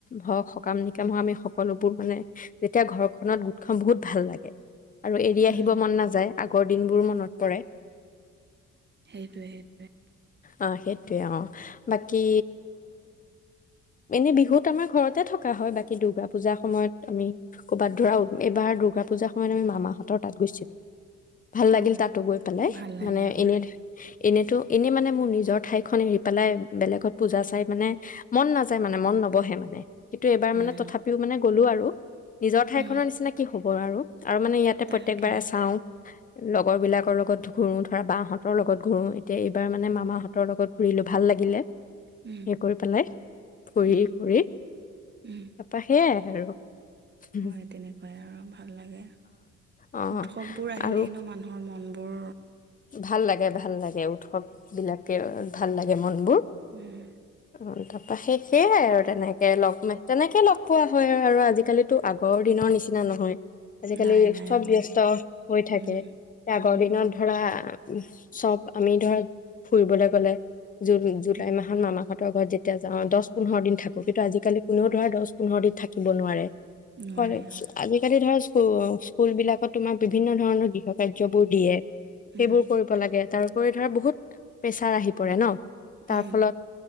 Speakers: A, on the left; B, on the right.
A: হওঁক সকাম নিকাম হওঁক আমি সকলোবোৰ মানে যেতিয়া ঘৰ নত গোট খাওঁ বহুত ভাল লাগে। আৰু এৰি আহিব
B: উম
A: মন নাযায় আগ কৰ দিনবোৰ মনত পৰে।
B: সেইটোৱে সেইটোৱে।
A: অ সেইটোয়ে অ' বাকী এনে বিহুত আমাৰ ঘৰতে থক হয় বাকী দুৰ্গা পূজাৰ সময়ত আমি ক'বাত ধৰা এইবাৰ দুৰ্গা পূজাৰ সময়ত আমি মামাহঁতৰ তাত গৈছিলোঁ। ভাল লাগিল
B: অ
A: তাতো গৈ পেলাই
B: ভাল লাগে
A: মানে
B: অ
A: এনে এনেতো এনেই মানে মোৰ নিজৰ ঠাইখন এৰি পেলাই বেলেগত পূজা চাই মানে মন নাযায় মানে মন নব'হে মানে কিন্তু এইবাৰ
B: হয়
A: মানে তথাপিও
B: অ
A: মানে গ'লো আৰু নিজ নৰ
B: উম
A: নিচিনা কি হ'ব আৰু? আৰু মানে ইয়াতে
B: তাকে
A: প্ৰত্যয়েকবাৰে চাওঁ। লগৰবিলাকৰ লগত ঘূৰোঁ ধৰা বাহঁতৰ লগত ঘূৰোঁ এতিয়া এইবাৰ মানে মামাহঁতৰ লগত ঘূৰিলোঁ ভাল লাগিলে।
B: উম
A: সেই কৰি পেলাই ফুৰি
B: উম
A: ঘুৰি
B: উম
A: তাপা সেয়াই। আৰু উম
B: হয় তেনেকুৱাই আৰু ভাল লাগে
A: অ',
B: উৎসৱবোৰ আহিলেনো
A: আৰু
B: মানুহৰ মন বোৰ
A: ভাল লাগে ভাল লাগে উৎসৱ বিলাকে ভাল লাগে। মন বোৰ।
B: উম
A: অ তাৰপা সেই সেয়াই আৰু তেনেকে লগ তেনেকে লগ পোৱা হয় আৰু আৰু আজিকালিতো আগ গৰ দিনৰ নিচিনা নহয় আজিকালি
B: নাই নাই
A: চব
B: আগৰ
A: ব্যস্ত
B: দিন
A: হৈ থাকে
B: উম
A: আগৰ
B: উম
A: দিনত আহ চব আমি ধৰক ফুৰিবলৈ গ'লে জুন জুলাই
B: উম
A: মাহত মামাঘৰত ঘৰত যেতিয়া যাওঁ, দচ পোন্ধৰ দিন থাকো। কিন্তু আজিকালি কোনেও ধৰা দচ পোন্ধৰ দিন থাকিব নোৱাৰে।
B: নোৱাৰে
A: কলেজ,
B: হয়
A: আজিকালি ধৰা। অ' স্কুল বিলাকত তোমাক বিভিন্ন ধৰণৰ গৃহ কাৰ্যবোৰ দিয়ে। সেইবোৰ
B: উম
A: কৰিব লাগে। তাৰোপৰি ধৰা বহুত প্ৰেছাৰ আহি পৰে ন! তাৰ
B: উম
A: ফলত।